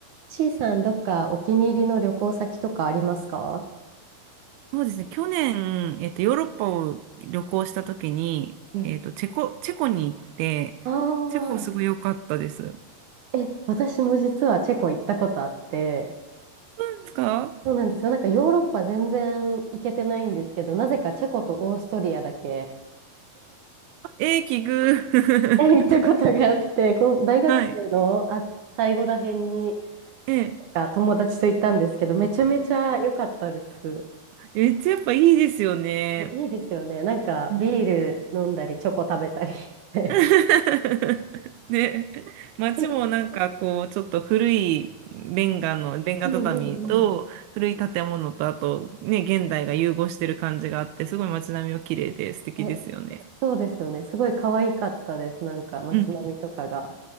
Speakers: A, on the right; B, on the right.
A: C さん、どっかお気に入りの旅行先とかありますか
B: そうですね。去年、えっと、ヨーロッパを旅行した時に、
A: え
B: えっと、チェコ、チェコに行って、
A: ああ
B: チェコすごい良かったです。そう
A: え、私も実はチェコ行ったことあって、
B: ですか
A: そうなんですよ。なんかヨーロッパ全然行けてないんですけど、なぜかチェコとオーストリアだけ
B: ええ、奇遇。<laughs>
A: え行ったことがあって、こう、大学生のあ、
B: はい。
A: 最後らへんに、
B: ええ。
A: なんか友達と行ったんですけど、めちゃめちゃ良かったです。
B: めっちゃやっぱいいですよね。
A: えいいですよね。なんかビール飲んだり、
B: うん
A: チョコ食べたりして。
B: <laughs> ね、街もなんかこう、
A: <laughs> け
B: ちょっと古いレンガの、レンガ畳と古い建物と、
A: うんうんうん。
B: あとね、現代が融合してる感じがあって、すごい街並みも綺麗で素敵ですよね。
A: え、そうですよね。すごい可愛かったです。なんか街並みとかが。
B: うん